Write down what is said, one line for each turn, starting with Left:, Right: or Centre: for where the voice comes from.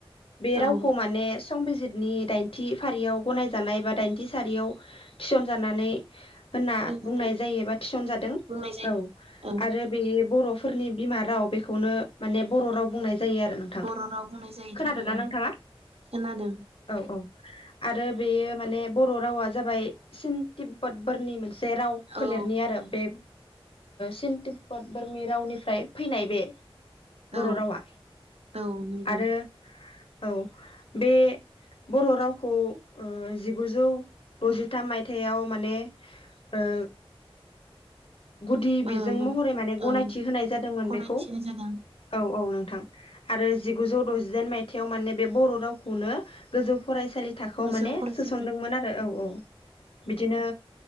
Left: बे रावखौ
Right: औ
Left: माने संबिजिर नि दाइनथि फारियाव गनायजानाय बा दाइनथि सारियाव थिसनजानानै होनना
Right: फिसिजानाय
Left: बुंनाय जायो एबा थिसनजादों
Right: बुंनाय जायो
Left: औ
Right: औ
Left: आरो बेयो बर' फोरनि बिमा राव बेखौनो माने बर' राव बुंनाय जायो आरो नोंथां
Right: बर' राव बुंनाय जायोथ'
Left: खोनादोंना
Right: आरो ओं
Left: नोंथाङा
Right: खोनादों
Left: औ औ आरो बेयो माने बर' रावा जाबाय सिन तिब्बत बरनि मोन से राव फोलेरनि
Right: औ
Left: आरो बे सिन तिब्बत बोरमि रावनिफ्राय फैनाय बे बर'
Right: औ
Left: रावा
Right: औ नंगौ
Left: आरो औ बे बर' रावखौ ओ जिगुजौ दजिथाम मायथाइयाव माने ओ गुदि बिजों
Right: ओ मोन
Left: महरै माने गनायथि
Right: ओं
Left: होनाय जादोंमोन
Right: गनायथिनाय
Left: बेखौ
Right: जादों
Left: औ औ नोंथां आरो जिगुजौ दजिदाइन मायथाइयाव माने बे बर' रावखौनो गोजौ फराय सालि थाखोआव
Right: गोजौ
Left: माने
Right: फरायसालि
Left: सोसनदोंमोन आरो औ औ बिदिनो